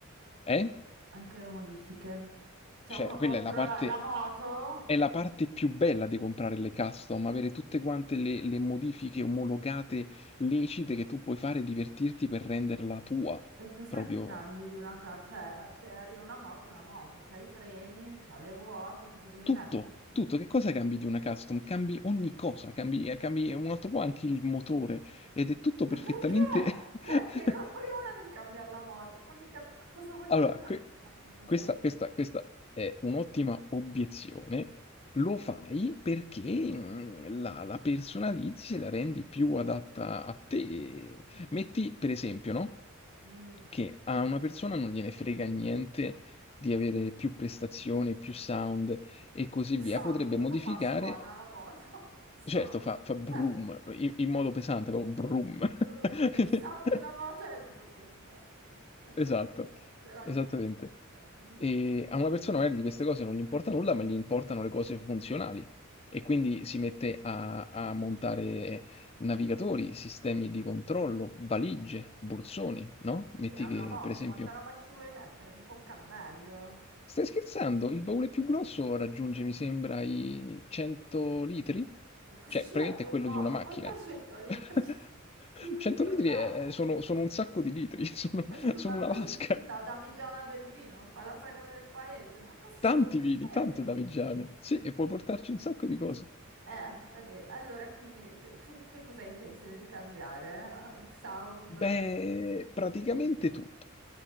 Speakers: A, on the left; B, on the right.
A: Eh?
B: anche le modifiche. Cioè,
A: Cioè,
B: uno
A: quella
B: compra
A: è la parte
B: la, la moto
A: È la parte più bella di comprare le custom, avere tutte quante le, le modifiche omologate, lecite che tu puoi fare e divertirti per renderla tua.
B: e cosa
A: Proprio
B: cambi di una casa? Cioè, te arriva una moto, è una moto, c'hai i freni, c'ha le ruote, cosa devi
A: tutto,
B: metterci?
A: tutto. Che cosa cambi di una custom? Cambi ogni cosa, cambi, eh, cambi un altro po' anche il motore ed è tutto
B: Ma
A: perfettamente
B: perché?
A: <laughs>
B: Cioè, ne compri una, devi cambiare la moto. Fammi capire cosa vuoi cambiare
A: Allora, que-
B: della moto adesso.
A: questa, questa- questa è un'ottima obiezione. Lo fai perché mm, la, la personalizzi e la rendi più adatta a te. Metti, per esempio, no?
B: Mm,
A: Che a una persona non gliene frega niente di avere più prestazioni, più sound e così
B: più
A: via.
B: sound,
A: Potrebbe
B: cosa
A: modificare,
B: fa? Suona la moto, <laughs> più sound.
A: certo, fa, fa brum
B: Cioè,
A: in, in modo pesante, proprio brum. <laughs>
B: vroom. Il sound di una moto è il vroom. Quindi, ok,
A: Esatto,
B: se no
A: esattamente.
B: le impari tutte. Mm.
A: E a una persona magari di queste cose non gli importa nulla, ma gli importano le cose funzionali. E quindi si mette a, a montare navigatori, sistemi di controllo, valigie, borsoni, no?
B: Vabbè,
A: Metti
B: è una
A: che,
B: moto,
A: per esempio,
B: quanta roba ci vuoi mettere? Mica un cammello.
A: stai scherzando? Il baule più grosso raggiunge, mi sembra, i 100 litri?
B: E cosa
A: Cioè,
B: ci
A: praticamente
B: metti un
A: è quello
B: morto?
A: di una macchina.
B: Quant'è 100 litri?
A: <laughs>
B: <laughs> Ci devi
A: 100
B: portare?
A: litri è- sono, sono un sacco di litri, <laughs> sono,
B: <laughs>
A: sono
B: Ma
A: una
B: poi
A: vasca.
B: la damigiana del vino fa la sagra del paese, ma cosa stai
A: Tanti vini,
B: dicendo?
A: tante davigiane. Sì, e puoi portarci un sacco di cose.
B: Eh, vabbè, allora quindi tu, tu che cosa hai intenzione di cambiare? Ah, il sound?
A: Beh,
B: il-
A: praticamente tutto.